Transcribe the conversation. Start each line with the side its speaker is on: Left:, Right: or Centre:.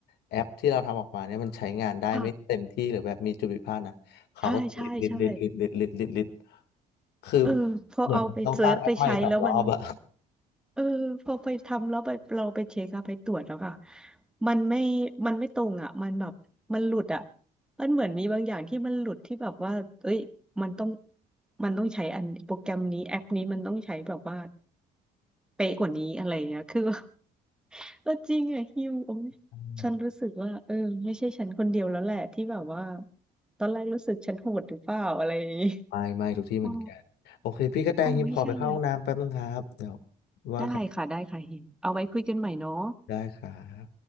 Left: แอปที่เราทำออกมาเนี่ยมันใช้งานได้ไม่เต็มที่หรือแบบมีจุดผิดพลาดนะเขาก็จะลิดลิดลิดลิดลิดลิดลิดลิด
Centre: ค่ะ ใช่ใช่ใช่
Left: คือ
Centre: เออพอเอาไปเซิร์ชไปใช้แล้วมัน
Left: เหมือนต้องสร้างแอปใหม่สองรอบอะ
Centre: เออพอไปทำแล้วไปเราไปเช็คอะไปตรวจแล้วค่ะมันไม่ มันไม่ตรงอะมันแบบมันหลุดอะมันเหมือนมีบางอย่างที่มันหลุดที่แบบว่าเอ้ยมันต้อง มันต้องใช้อันโปรแกรมนี้แอปนี้มันต้องใช้แบบว่าเป๊ะกว่านี้อะไรเงี้ยคือว่าเออจริงอะฮิวโอ้ย
Left: อืม
Centre: ฉันรู้สึกว่าเออไม่ใช่ฉันคนเดียวแล้วแหละที่แบบว่าตอนแรกรู้สึกฉันโหดหรือเปล่าอะไรอย่างงี้
Left: ไม่ไม่ทุกที่เหมือนกันโอเคพี่กระแตหิมขอไปเข้าห้องน้ำแป๊บนึงครับเดี๋ยว
Centre: อ๋อ อ๋อไม่ใช่แล้ว
Left: ว่ากัน
Centre: ได้ค่ะได้ค่ะเฮงเอาไว้คุยกันใหม่เนาะ
Left: ได้ครับ